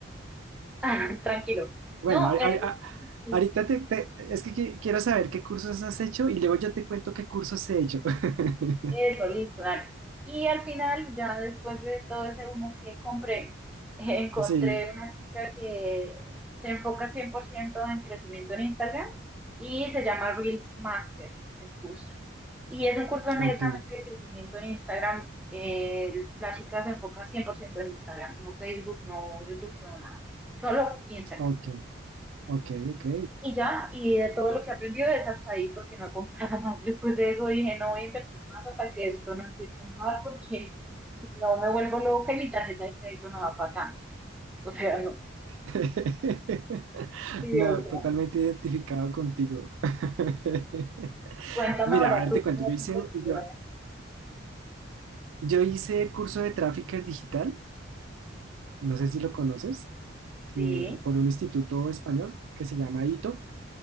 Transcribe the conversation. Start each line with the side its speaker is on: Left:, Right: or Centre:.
Centre: <laughs> tranquilo.
Right: bueno,
Centre: No,
Right: a- a-
Centre: eso.
Right: a-
Centre: sí,
Right: ahorita te, te- es que qui- quiero saber qué cursos has hecho y luego yo te cuento qué cursos he hecho. <laughs>
Centre: Eso, listo, dale. Y al final, ya después de todo ese humo que compré, <laughs> encontré
Right: Sí,
Centre: una chica que se enfoca 100% en crecimiento en Instagram y se llama Reels Master, el curso. Y es un curso netamente
Right: ok,
Centre: de crecimiento en Instagram. eh, la chica se enfoca 100% en Instagram, no Facebook, no YouTube, no nada. Solo Instagram.
Right: ok, ok, ok.
Centre: Y ya, y de todo lo que he aprendido es hasta ahí, porque no compraba <laughs> más. Después de eso dije, no voy a invertir más hasta que esto no empiece a andar, porque si no me vuelvo loca y mi tarjeta de crédito no va para tanto. O sea, no.
Right: <laughs>
Centre: Sí,
Right: No,
Centre: o sea,
Right: totalmente identificado contigo. <laughs>
Centre: cuéntame
Right: Mira,
Centre: ahora
Right: a ver,
Centre: tú
Right: te cuento,
Centre: qué has
Right: yo hice,
Centre: invertido
Right: yo,
Centre: ahora.
Right: yo hice el curso de Trafficker Digital, no sé si lo conoces, que,
Centre: Sí,
Right: por un instituto español que se llama ITO.